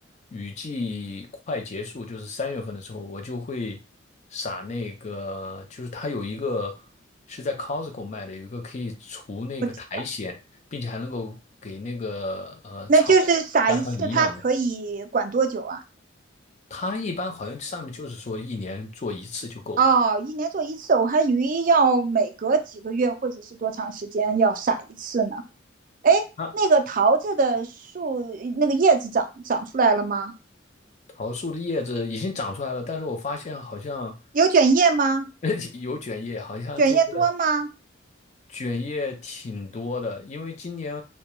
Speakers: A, on the left; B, on the right.
A: 雨季快结束，就是三月份的时候，我就会撒那个，就是它有一个是在 Costco 卖的，有一个可以除那个苔藓，
B: 不止，
A: 并且还能够给那个呃草
B: 那就是撒一次，
A: 加强营养的。
B: 它可以管多久啊？
A: 它一般好像上面就是说一年做一次就够了。
B: 哦，一年做一次，我还以为要每隔几个月或者是多长时间要撒一次呢。哎，
A: 啊，
B: 那个桃子的树那个叶子长长出来了吗？
A: 桃树的叶子已经长出来了，但是我发现好像
B: 有卷叶吗？
A: <laughs> 有卷叶，好像这个。
B: 卷叶多吗？
A: 卷叶挺多的，因为今年